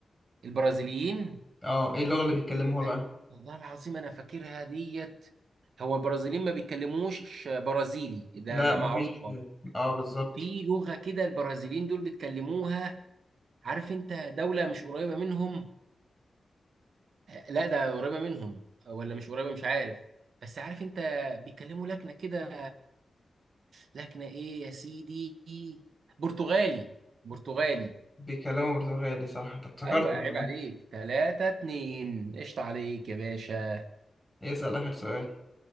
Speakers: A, on the right; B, in the centre.
A: البرازيليين
B: اه ايه اللغة اللي بيتكلموها بقى
A: ايوه والله العظيم انا فاكرها ديت هو البرازيليين ما بيتكلموش برازيلي ده
B: لا
A: ده معروفه
B: مفيش اه بالظبط
A: في لغه كده البرازيليين دول بيتكلموها عارف انت دوله مش قريبه منهم آه، لا ده قريبه منهم آه، ولا مش قريبه مش عارف بس عارف انت بيتكلموا لكنه كده لكنه ايه يا سيدي برتغالي برتغالي
B: بيتكلموا برتغالي صح انت افتكرت
A: ايوه عيب
B: ولا
A: عليك ثلاثة اتنين قشطة عليك يا باشا
B: ايه اسأل اخر سؤال